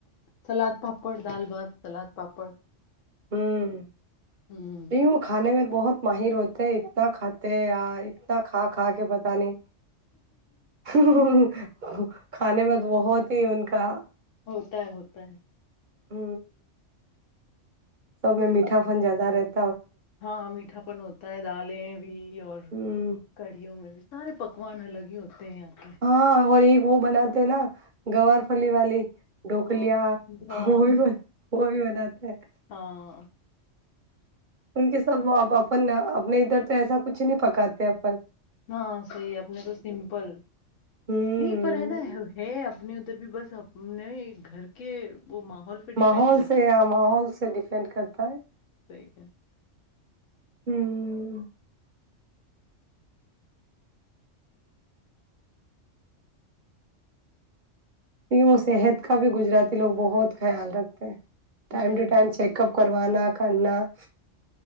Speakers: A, on the left; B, on the right.
A: سلاد پاپڑ دال بھات سلاد پاپڑ
B: ھمم نہیں
A: ہوں
B: وہ کھانے میں بہت ماہر ہوتے اتنا کھاتے اتنا کھا کھا کے پت نہیں ہ کھانے میں تو بہت ہی ان کا
A: ہوتا ہے ہوتا ہے <unintelligible>
B: ہ سب میں میٹھا فن زیادہ رہتا <unintelligible>
A: ہاں میٹھا پن ہوتا ہے دالیں بھی اور
B: ہ
A: کڑیوں میں بھی <unintelligible> سارے پکوان الگ ہی ہوتے <inaudible> تے ہیں آ کہ <inaudible>
B: ہاں اور ایک وہ بناتے ہیں نا گوار پھلی والی <unintelligible> ڈوکل
A: ہاں ہاں
B: وہ بھی وہ بھی بن تھا <unintelligible> ٹھ <inaudible>
A: ہاں <inaudible>
B: ان کے سب وہ ا اپن اپنے ادھر تو ایسا کچھ نہیں پکاتے اپن <unintelligible>
A: ہاں صحی اپنے تو سمپل
B: ہوں
A: نہیں پر ہے نا ہے اپنے <unintelligible> ادھر بھی بس اپنے گھر کے <unintelligible> پہ ڈیپینڈ
B: ماحول
A: کرتا
B: سے یا ماحول سے ڈیپینڈ کرتا ہے <unintelligible>
A: ہے
B: ہ یوں صحت کا بھی گجراتی لوگ بہت خیال رکھتے ہیں <unintelligible>
A: ہوں
B: ٹائم ٹو ٹم چیک اپ <unintelligible> کروانا کرنا <inaudible>